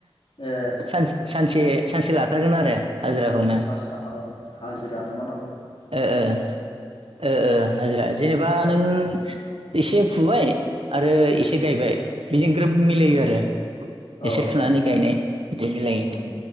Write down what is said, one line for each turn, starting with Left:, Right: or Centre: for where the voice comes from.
Left: ए
Right: सानसे सानसे सानसे लाथारगोन आरो हाजिराखौनो
Left: सानसे लाखागोन हाजिरा नामा होनना‌ बुंङो
Right: ओ ओ ओ ओ हाजिरा जेनेबा नों एसे फुबाय आरो एसे गायबाय बेजों ग्रोब मिलायो
Left: बुङो
Right: आरो
Left: औ
Right: एसे फुनानै गायनाय बिदिहाय मिलायो।
Left: उम